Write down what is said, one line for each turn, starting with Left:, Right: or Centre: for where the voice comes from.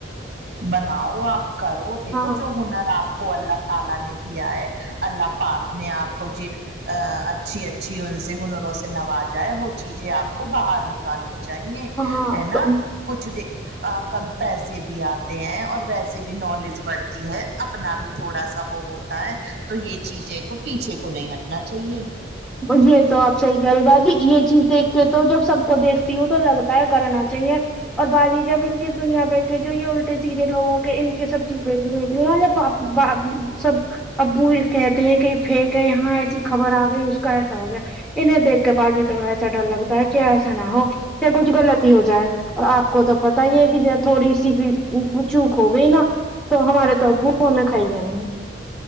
Right: بناؤ آپ کرو دیکھو
Centre: ہاں
Right: جو ہنر آپ کو اللہ تعالی نے دیا ہے اللہ پاک نے آپ کو جن اچھی اچھی ان سے ہنروں سے نوازہ ہے وہ چیزیں آپ کو باہر نکالنی چاہیے
Centre: ہاں
Right: ہے نا
Centre: تو اب
Right: کچھ دیکھ کم پیسے بھی اتے ہیں اور ویسے بھی نالج بڑھتی ہے اپنا بھی تھوڑا سا وہ ہوتا ہے تو یہ چیزیں کو پیچھے کو نہیں ہٹنا چاہیے
Centre: یہ تو آپ صحیح کر رہے باجی یہ چیز دیکھ کے تو جب سب کو دیکھتی ہوں تو لگتا کرنا چاہیے اور باجی جب ان کے دنیا بھر کے جو یہ الٹے سیدھے لوگوں کے ان کے سب چیز دیکھلیتی ہو نا تو سب ابو یہ کہتے ہیکہ فیک ہے یہاں ایسی خبر آ گئی اس کا ایسا ہو گیا انہیں دیکھ کے باجی تھوڑا سہ ڈر لگتا ہے کہ ایسا نہ ہو کچھ غلط ہی ہو جائے اور آپ کو تو پتا ہی ہے کہ تھوڑی سی بھی بھول چوک ہو گئی نا تو ہمارے تو ابو ہمیں کھاہی جاینگے